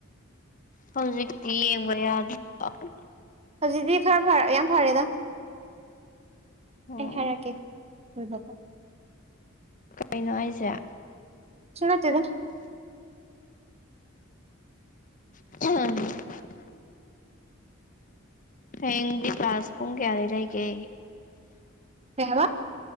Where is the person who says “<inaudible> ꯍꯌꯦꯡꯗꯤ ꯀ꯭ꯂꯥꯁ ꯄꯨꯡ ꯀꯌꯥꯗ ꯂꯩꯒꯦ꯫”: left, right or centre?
Left